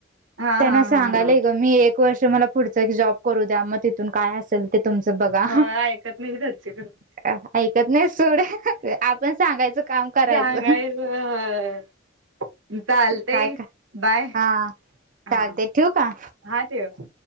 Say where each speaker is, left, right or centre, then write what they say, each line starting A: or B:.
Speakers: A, on the right (about 85°); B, on the right (about 45°).
A: हा
B: त्यांना
A: हा
B: सांगालय
A: हा हा
B: ग मी एक वर्ष मला पुढचं की जॉब करू द्या मग तिथून काय असेल ते तुमचं बघा,
A: हो ऐकत नाही घरचे पण
B: <inaudible> ऐकत नाही सोड. सांगायचं काम करायचं
A: सांगायच होय. चालतय
B: काय का
A: बाय.
B: हा
A: हा
B: चालते ठेवू का
A: हा ठेव.